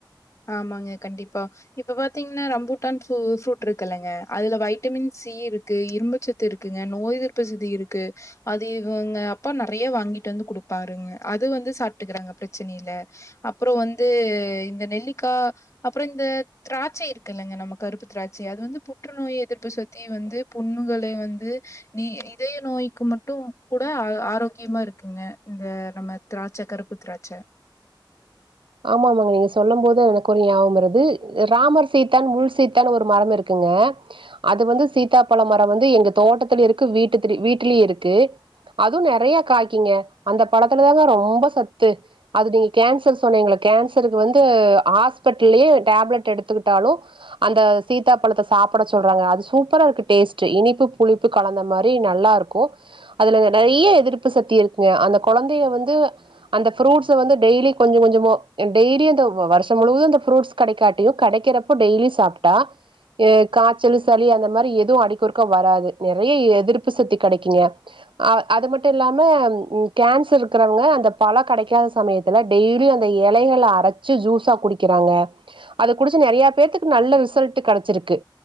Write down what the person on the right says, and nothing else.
ஆமாமா நீங்க சொல்லும்போது எனக்கு ஒரு ஞாபம் வருது ராமர் சீதான் முழு சீத்தான் ஒரு மரம் இருக்கு ங்க அது வந்து சீதாப்பழோ மரோ வந்து எங்க தோட்டத்துல இருக்கு வீட்டுத்திரி வீட்லயு இருக்கு அதுவு நெறயா காய்க்கிங்க அந்த பழத்துலதாங்க ரொம்ப சத்து அது நீங்க கேன்சர்ஸ் சொன்னீங்கள்ள கேன்சருக்கு வந்து ஹாஸ்பிட்டலயே டேப்லெட் எடுத்துக்கிட்டாலு அந்த சீதா பழத்த சாப்ட சொல்றாங்க அது சூப்பரா இருக்கு டேஸ்ட் இனிப்பு புளிப்பு கலந்த மாரி நல்லா இருக்கு அதுல நெறய எதிர்ப்பு சத்தி இருக்குங்க அந்த கொழந்தய வந்து அந்த ஃப்ரூட்ஸ் வந்து டெய்லி கொஞ்ச கொஞ்சமோ டெய்லி அந்த வருஷ முழுுவது அந்த ஃப்ரூட்ஸ் கெடைக்காட்டியு கெடைக்கறப்ப டெய்லியு சாப்டா காச்சல், சளி அந்த மாரி எதுவு அடிக்கொறுக்கா வராது நெறய எதிர்ப்பு சத்தி கெடைக்குங்க அ அது மட்டு இல்லாம கேன்சர் இருக்கவங்க அந்த பழொ கெடைக்காத சமயத்துல டெய்லி அந்த இலைகள அரச்சு ஜூஸா குடிக்கறாங்க அத குடிச்சு நெறயா பேத்துக்கு நல்ல ரிசல் ட்டு கெடச்சிருக்கு